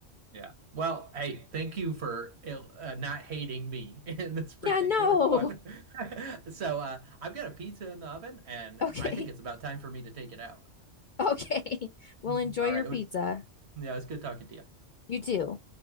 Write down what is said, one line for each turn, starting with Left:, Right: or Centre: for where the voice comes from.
Right: Yeah. Well, hey, thank you for uh, not hating me <laughs> in this particular
Left: Yeah, no.
Right: one. <laughs> So, uh, I've got a pizza in the oven, and
Left: Okay.
Right: I think it's about time for me to take it out.
Left: Okay. <laughs> Well,
Right: Mhm.
Left: enjoy
Right: All
Left: your
Right: right. It
Left: pizza.
Right: was- yeah, it was good talking to you.
Left: You too.